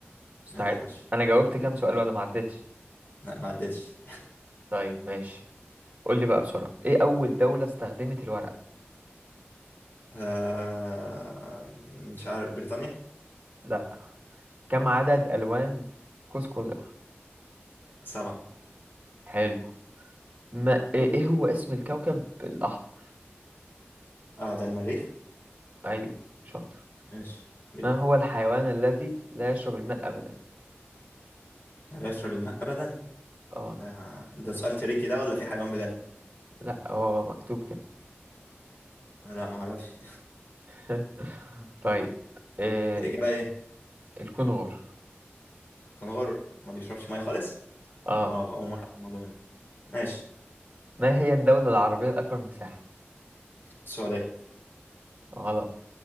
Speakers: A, on the right (about 35°); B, on the left (about 55°).
A: مستعد
B: يلا يا باشا
A: أنا جاوبت كام سؤال ولا ما عدتش
B: لا ما عدتش
A: طيب ماشي قول لي بقى بسرعة إيه أول دولة استخدمت الورق
B: آه مش عارف بريطانيا
A: لا كم عدد ألوان قوس قزح
B: سبعة
A: حلو ما إيه إيه هو اسم الكوكب الأحمر
B: اه ده المريخ
A: أيوه شاطر
B: ماشي حبيبي
A: ما هو الحيوان الذي لا يشرب الماء أبدا
B: لا يشرب الماء ابدا
A: اه
B: ده ده سؤال تريكي ده ولا في حيوان بجد
A: لا هو مكتوب كده
B: لا ما اعرفش
A: <laughs> طيب إيه
B: الإجابة إيه؟
A: الكونغور
B: كنغر ما بيشربش مية خالص؟
A: اه
B: ما أول مرة أعرف المعلومة دي. ماشي
A: ما هي الدولة العربية الأكبر مساحة
B: السعودية
A: غلط